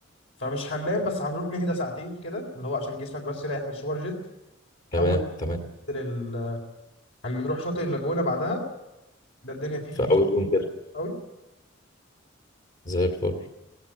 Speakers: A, on the left; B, on the left.
A: فمش هننام بس هنروح نهدى ساعتين كده اللي هو عشان جسمك بس يريح من السوبر جيت
B: تمام
A: أول
B: تمام
A: لل... هنروح شاطئ اللاجونة بعدها ده الدنيا فيه
B: في
A: خفيف
B: اول يوم كده
A: قوي.
B: زي الفل